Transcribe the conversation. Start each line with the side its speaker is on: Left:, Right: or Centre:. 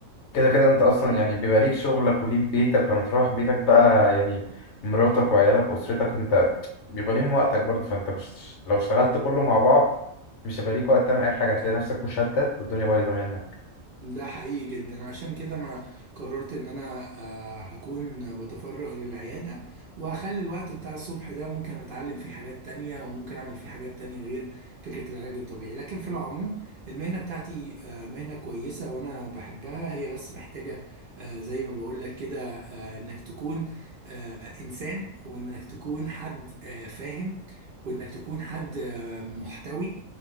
Left: كده كده انت اصلا
Right: دي
Left: يعني بيبقى ليك شغلك وليك بيتك ولما تروح بيتك بقى يعني مراتك وعيالك واسرتك انت بيبقى ليهم وقتك برضه فانت مش لو اشتغلت كله مع بعض مش هيبقى ليك وقت تعمل اي حاجه هتلاقي نفسك مشتت والدنيا بايظه منك
Right: ده حقيقي جدا عشان كده انا قررت ان انا آه، هكون بتفرغ للعيادة وهخلي الوقت بتاع الصبح ده ممكن اتعلم فيه حاجات تانية وممكن اعمل فيه حاجات تانية غير فكرة العلاج الطبيعي لكن في العموم المهنة بتاعتي آه، مهنة كويسة وانا بحبها هي بس محتاجة آه، زي ما بقولك كده آه، انك تكون آه، انسان وانك تكون حد آه، فاهم وانك تكون حد آه، محتوي